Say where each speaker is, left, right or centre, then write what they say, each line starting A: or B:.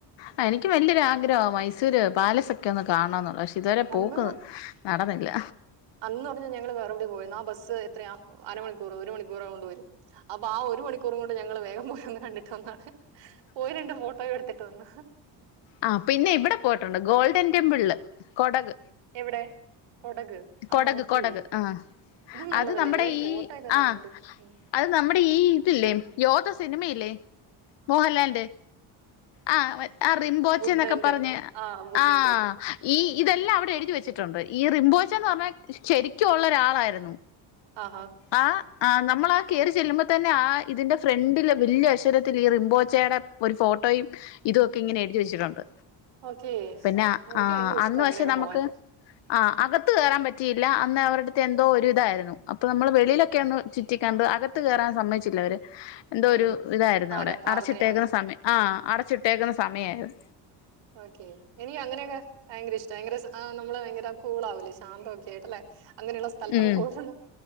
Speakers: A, on the left; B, on the right.
A: ആ എനിക്ക് വല്ല്യൊര് ആഗ്രഹോ മൈസൂര് പാലസൊക്കെ ഒന്ന് കാൺണം ന്നുള്ളത് പക്ഷേ ഇതുവരെ പോക്ക്
B: അന്ന്
A: നടന്നില്ല
B: അന്ന് പർഞ്ഞ് ഞങ്ങള് വേറെവ്ടെയോ പോയെന്ന് ആ ബസ്സ് എത്രയാ അരമണിക്കൂറ് ഒരു മണിക്കൂറോണ്ട് വരും അപ്പൊ ആ ഒരു മണിക്കൂറ് കൊണ്ട് ഞങ്ങള് വേഗം പോയ് ഒന്ന് കണ്ട് കണ്ടാട്ട് പോയി രണ്ട് ഫോട്ടോ എടുത്തിട്ട് വന്നു
A: ആ പിന്നെ ഇവ്ടെ പോയ്ട്ടുണ്ട് ഗോൾഡൻ ടിമ്പ്ൾല് കൊടക്
B: എവിടേ കൊടക്
A: കൊടക്
B: ആ ഓക്കേ
A: കൊടക് ആ
B: നല്ലതല്ലേ
A: അത് നമ്മടെ
B: എല്ലാരും
A: ഈ
B: ഫോട്ടോ ഒക്കെ കാണുന്നുണ്ട്
A: ആ
B: ഉം.
A: അത് നമ്മടെ ഈ ഇതില്ലേ യോദ്ധ സിനിമ ഇല്ലേ മോഹൻലാല്ന്റ് ആ ആ റിമ്പോച്ച
B: ബുദ്ധന്റെ
A: എന്നൊക്കെ പറഞ്ഞ്
B: ബുദ്ധന്റെ
A: ആ
B: ഒക്കെ
A: ഈ
B: ഉം.
A: ഇതെല്ലാം അവ്ടെ എഴുതി വെച്ചിട്ടുണ്ട് ഈ റിമ്പോച്ചാന്ന് പറഞ്ഞാൽ ശരിയ്ക്കും ഉള്ള ഒരാളായിരുന്നു
B: ആഹ് ആഹ്
A: ആ ആ നമ്മള് ആ കേറി ചെല്ലുമ്പത്തന്നെ ആ ഇതിന്റെ ഫ്രണ്ടില് വല്ല്യ അക്ഷരത്തില് ഈ റിമ്പോച്ചയടെ ഒരു ഫോട്ടോയും ഇതും ഒക്കെ ഇങ്ങനെ എഴുതി വെച്ചിട്ടുണ്ട്
B: ഓക്കേ
A: പിന്നെ
B: എനിക്ക്
A: ആ
B: ഭയങ്കര ഇഷ്ടം
A: അന്ന്
B: അങ്ങനെയൊക്കെ
A: പക്ഷെ നമുക്ക്
B: പോവാൻ
A: ആ അക് ത്ത് കേറാൻ പറ്റിയില്ല അന്ന് അവറട്ത്ത് എന്തോ ഒരു ഇതായിരുന്നു അപ്പൊ നമ്മള് വെളിയിലൊക്കെ ഒന്ന് ചുറ്റിക്കണ്ടു അകത്ത് കേറാൻ സമ്മയ്ച്ചില്ല അവര് എന്തോ
B: ഉം
A: ഒരു ഇതായ്രുന്നു
B: ആരാ
A: അവിടെ
B: പ്രാർത്ഥനയാണോ
A: അടച്ചിട്ടേക്കുന്ന സമയം ആ അടച്ചിട്ടേക്കുന്ന സമയായ്ര്ന്നു
B: ഓക്കേ ഇനി അങ്ങനെയൊക്കെ ഭയങ്കര ഇഷ്ട്ടാ ഭയങ്കര സ് ആ നമ്മള് ഭയങ്കര കൂള് ആവൂല്ലേ ശാന്തമൊക്കെ ആയിട്ട് അല്ലേ അങ്ങനെയുള്ള സ്ഥലത്തൊക്കെ
A: ഉം
B: പോയിരുന്നാ